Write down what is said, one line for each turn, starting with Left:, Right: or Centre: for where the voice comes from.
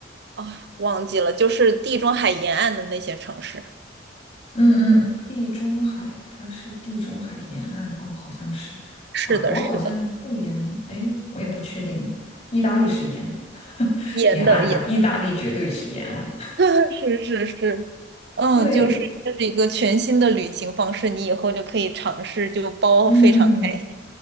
Right: 啊，忘记了，就是地中海沿岸的那些城市。
Left: 嗯嗯，地中海，它是地中海沿岸哦，好像是法国，
Right: 是的，是的，
Left: 好像不沿，哎，我也不确定了。意大利是沿 <laughs>
Right: 沿的沿，
Left: 沿岸的，意大利绝对是沿岸。
Right: <laughs> 是是是，
Left: <laughs>
Right: 嗯，
Left: 对，
Right: 就是这是一个全新的旅行方式，你以后就可以尝试，就包非常开心。
Left: 嗯，